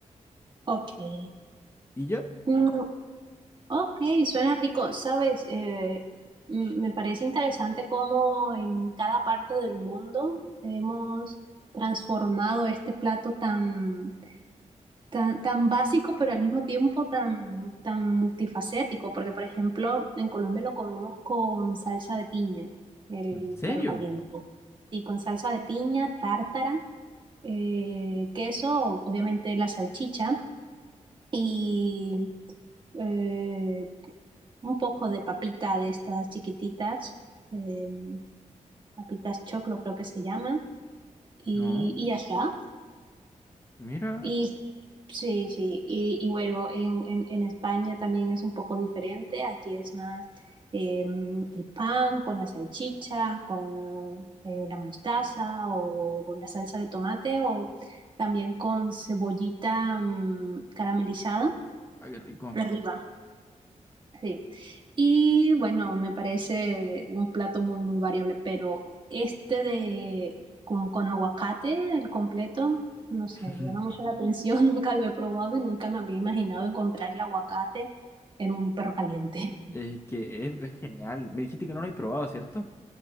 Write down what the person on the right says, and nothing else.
ok.
Mm, ok, suena rico, ¿sabes? Eh, mm, me parece interesante cómo en cada parte del mundo hemos transformado este plato tan, tan, tan básico, pero al mismo tiempo tan, tan multifacético, porque por ejemplo, en Colombia lo comemos con salsa de piña, el
perro caliente. Sí, con salsa de piña, tártara. eh, queso, obviamente la salchicha y eh, un poco de papita de estas chiquititas, eh, papitas choclo creo que se llaman, y,
y ya está.
Y sí, sí, y, y bueno, en, en, en España también es un poco diferente, aquí es más em, el pan con la salchicha, con eh, la mostaza o con la salsa de tomate o también con cebollita mm, caramelizada
de arriba, sí. Y bueno, me parece un plato muy, muy variable, pero este de con, con aguacate, el completo, no sé,
me llama mucho la atención, <laughs> nunca lo he probado y nunca me habría imaginado encontrar el aguacate en un perro caliente.